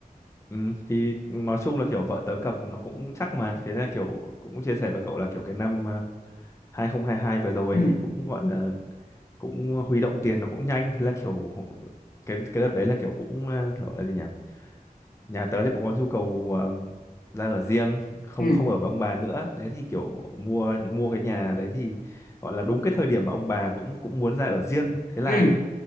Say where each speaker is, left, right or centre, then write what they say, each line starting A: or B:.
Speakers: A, on the left (about 20°); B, on the left (about 70°).
A: Ừ, thì nói chung là kiểu vợ tớ cầm nó cũng chắc mà thế là kiểu cũng chia sẻ với cậu là kiểu cái năm ờ, 2022 vừa rồi
B: ừ
A: ấy, thì cũng gọi là cũng huy động tiền nó cũng nhanh thế là kiểu cái cái đợt đấy là kiểu cũng ờ, gọi là gì nhỉ nhà tớ thì cũng có nhu cầu ờ, ra ở riêng không
B: ừ
A: không ở với ông bà nữa đấy thì kiểu mua mua cái nhà đấy thì gọi là đúng cái thời điểm mà ông bà cũng cũng muốn ra ở riêng thế là
B: ừ